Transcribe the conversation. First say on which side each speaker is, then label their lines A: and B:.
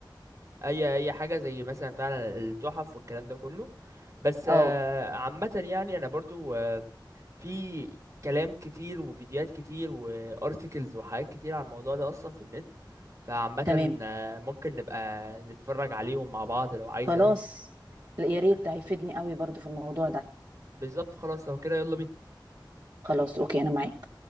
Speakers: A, on the right; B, on the right.
A: اي اي حاجة زي مثلا فعلا التحف والكلام ده كله بس
B: اه
A: آه، عامة يعني انا برضو آه، في كلام كتير وفيديوهات كتير وارتكلز وحاجات كتير عن الموضوع ده اصلا في النت فعامة
B: تمام
A: آه، ممكن نبقى نتفرج عليهم مع بعض لو عايزة
B: خلاص لا، يا ريت
A: ف-
B: ده هيفيدني قوي برضو في الموضوع ده
A: بالظبط خلاص لو كده يلا بينا
B: خلاص اوكي انا معاك